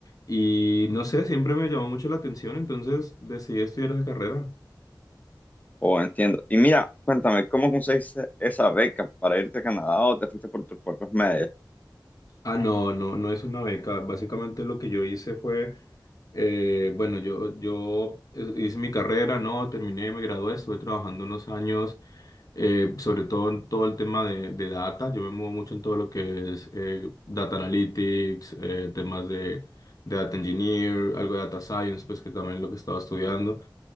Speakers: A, on the left; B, on the left.
A: Y no sé, siempre me llamó mucho la atención, entonces decidí estudiar esa carrera.
B: Oh, entiendo. Y mira, cuéntame, ¿cómo conseguiste esa beca para irte a Canadá o te fuiste por tus propios medios?
A: Ah, no, no, no es una beca. Básicamente lo que yo hice fue, eh, bueno, yo, yo eh, hice mi carrera, no, terminé, me gradué, estuve trabajando unos años eh, sobre todo en todo el tema de, de data. Yo me muevo mucho en todo lo que es eh, data analytics, eh, temas de, de data engineer, algo de data science, pues que también es lo que estaba estudiando.